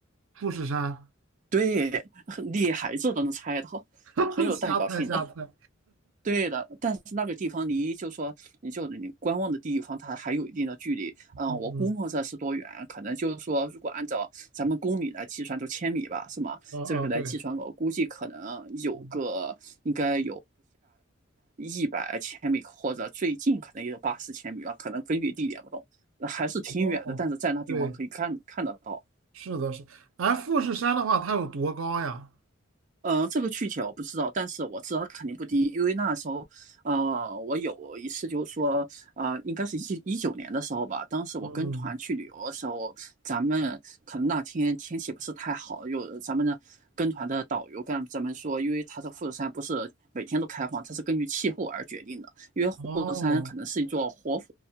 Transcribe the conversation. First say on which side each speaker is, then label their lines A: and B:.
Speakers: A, on the right; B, on the right.
A: 富士山，
B: 对，<laughs> 厉害，这都能猜到，
A: <laughs>
B: 很有代表性的。
A: 瞎猜瞎猜，
B: 对的，但是那个地方离就说你就你观望的地方，它还有一定的距离。嗯，
A: 嗯嗯
B: 我估摸着是多远？可能就是说，如果按照咱们公里来计算，就千米吧，是吗？
A: 嗯嗯，
B: 这个来计算，
A: 对，
B: 我估计可能有个应该
A: 嗯
B: 一百千米，或者最近可能也有八十千米吧，可能根据地点不同，还是挺远的。
A: 哦，
B: 但是在那地方可以看看得到。
A: 对，是的是，哎，富士山的话，它有多高呀？
B: 呃，这个具体我不知道，但是我知道它肯定不低，因为那时候，呃，我有一次就是说，啊、应该是一一九年的时候吧，当时我跟团去旅游的时候，
A: 嗯，
B: 咱们可能那天天气不是太好，有咱们的跟团的导游跟咱们说，因为他的富士山不是每天都开放，它是根据气候而决定的。
A: 哦，
B: 护国山可能是一座活火